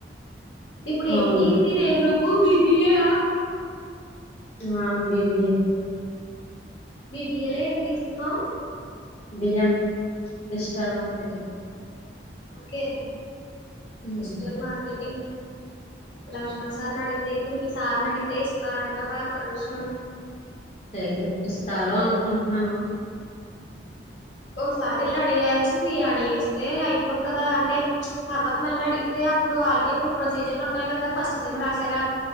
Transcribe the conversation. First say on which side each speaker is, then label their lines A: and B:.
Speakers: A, on the left; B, on the left.
A: ఇప్పుడు
B: అవును.
A: ఏంటి మీరు ఎ గ్రూపు బిబీయయా
B: ఆ బీబీ ఎ
A: బి బి య్యలే ఏంటి తీసుకున్నావు
B: బిఎం డిస్టల్ మార్కెటింగ్
A: ఒకే
B: హ్మ్.
A: డిజిటల్ మార్కెటింగ్ లక్ష్మణ్ సార్ నీ అడితే ఇప్పుడు మీ సార్ని అడితే ఇస్తారంటావా పెర్మిషన్
B: తెలీదు. ఇస్తారు అనుకుంటున్నాను
A: ఒకసారి ఎల్ అడిగాయాల్సింది అడిగేస్తే అయిపోను కదా అంటే తర్వాత మళ్ళీ అడిగితే అప్పుడు వాళ్ళకీ కొన్ని ప్రొసీజర్లు ఉంటాయి కదా ఫస్ట్ సెమ రాశార